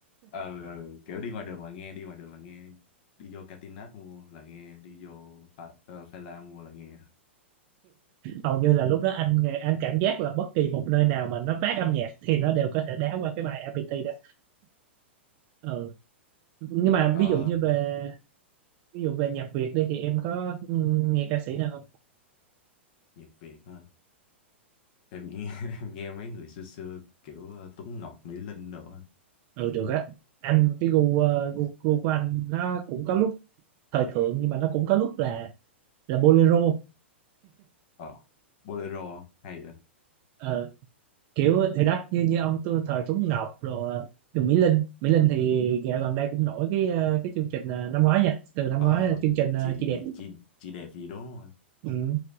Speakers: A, on the left; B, on the right.
A: ờ ờ, kiểu đi ngoài đường là nghe đi ngoài đường là nghe đi vô Catinat mua là nghe đi vô Pha, ờ, Pha La mua là nghe
B: hầu như là lúc đó anh nghe- anh cảm giác là bất kỳ một nơi nào mà nó phát âm nhạc thì nó đều có thể đá qua cái bài APT đó ừ nhưng mà
A: ờ
B: ví dụ như về ví dụ về nhạc Việt đi thì em có ừ, nghe ca sĩ nào không
A: nhạc Việt ha em nghe <laughs> em nghe mấy người xưa xưa kiểu ờ, Tuấn Ngọc Mỹ Linh đồ á.
B: ừ được á anh cái gu, ờ, gu gu của anh nó cũng có lúc thời thượng nhưng mà nó cũng có lúc là là bolero
A: ờ Bolero hay vậy
B: Ờ, kiểu thì đó như như ông tu- thời Tuấn Ngọc rồi ờ, Trường Mỹ Linh Mỹ Linh thì dạo gần đây cũng nổi cái ờ, cái chương trình ờ, năm ngoái nha từ năm
A: Ờ,
B: ngoái là chương trình ờ,
A: chị
B: chị đẹp
A: chị chị đẹp gì đúng không? ạ?
B: ừ,